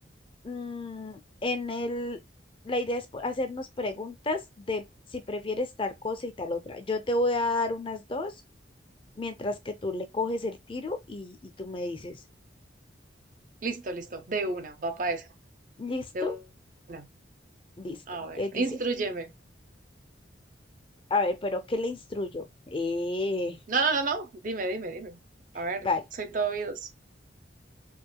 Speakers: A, on the left (about 30°); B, on the right (about 45°).
A: mm, en el, la idea es po- hacernos preguntas de si prefieres tal cosa y tal otra. Yo te voy a dar unas dos, mientras que tú le coges el tiro y, y tú me dices,
B: Listo, listo, de una, va para esa,
A: ¿listo?
B: de una.
A: Listo.
B: A
A: Entonces
B: ver,
A: dice,
B: instrúyeme.
A: a ver, pero ¿qué le instruyo? Eh,
B: No, no, no, no, dime, dime, dime. A ver,
A: vale,
B: soy todo oídos.